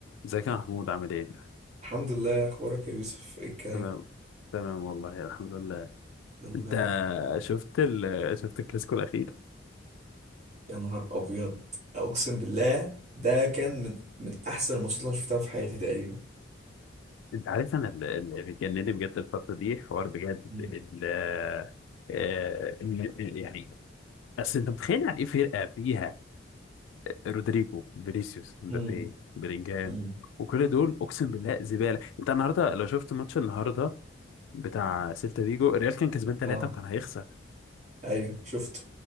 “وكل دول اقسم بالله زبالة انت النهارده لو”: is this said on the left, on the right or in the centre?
Left